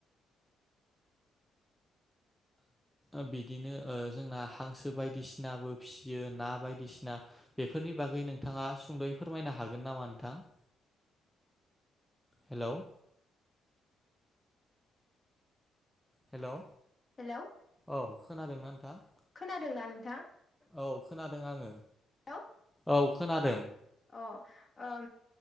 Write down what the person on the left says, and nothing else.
ज <inaudible>
<inaudible>
हेल'।
खोनादोंना नोंथां?
हेल'।
अ आ